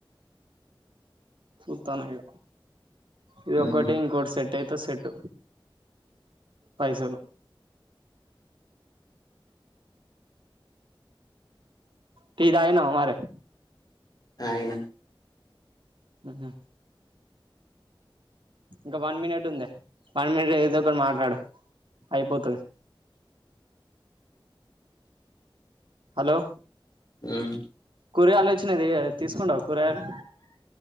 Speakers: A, on the right; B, on the left.
A: సూత్తన్న ఇగ ఇదోక్కటి,
B: ఉమ్
A: ఇంకోటి సెట్ తేతే సెట్టు, పైసలు టీ తాగినావ మరి
B: తాగిన
A: హ్మ్ హు ఇంకా వన్ మినిట్ ఉంది వన్ మినిట్ ఏదో ఒక మాట్లాడు అయిపోతది హలో
B: మ్మ్
A: కూరగాయలు వచ్చినది తీసుకుంటవ కూరగాయలు